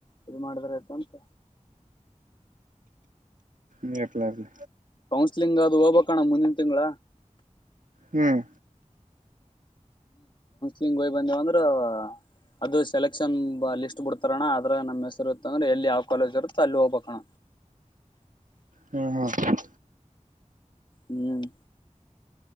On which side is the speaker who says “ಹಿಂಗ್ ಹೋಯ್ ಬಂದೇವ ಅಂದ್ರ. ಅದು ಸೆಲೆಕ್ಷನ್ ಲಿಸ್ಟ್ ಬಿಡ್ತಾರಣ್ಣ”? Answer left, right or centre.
Left